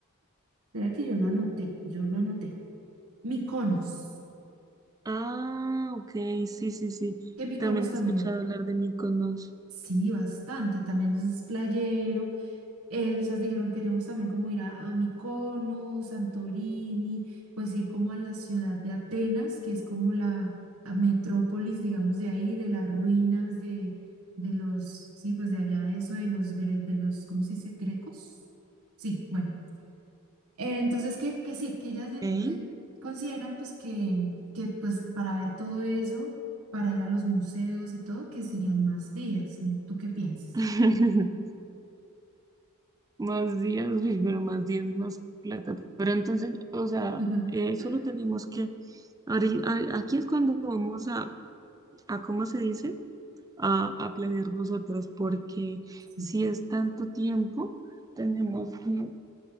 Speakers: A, on the right (about 80°); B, on the right (about 15°).
A: Era que yo lo anoté, yo lo anoté. Mykonos,
B: Ah, ok, sí, sí, sí.
A: que Mykonos
B: También he
A: también,
B: escuchado hablar de Mykonos.
A: sí, bastante, y también entonces es playero Eh, o sea, dijeron, queremos también como ir a, a Mykonos, Santorini, pues ir como a la ciudad de Atenas, que es como la a metrópolis, digamos, de ahí, de las ruinas de, de los, sí, pues de allá, eso de los, gre- de los, ¿cómo se dice? ¿Grecos? Sí, bueno. Eh, entonces, que, que sí, que ellas de-
B: Ok.
A: de- consideran pues que, que pues para ver todo eso, para ir a los museos y todo, que serían más días, ¿no? ¿Tú qué piensas?
B: <laughs> Más días, uy, pero más días, más plata. Pero entonces, o sea,
A: <laughs>
B: eh, solo tenemos que... ahori- a- Aquí es cuando vamos a, a ¿cómo se dice? A, a planear nosotros, porque
A: Sí.
B: si es tanto tiempo, tenemos que,